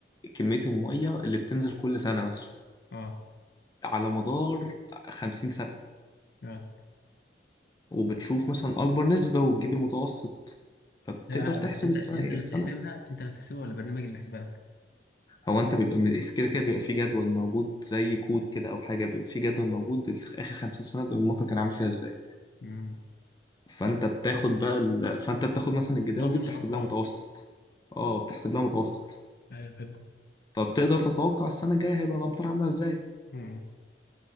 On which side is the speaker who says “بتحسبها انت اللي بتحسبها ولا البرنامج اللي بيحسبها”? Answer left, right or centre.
Left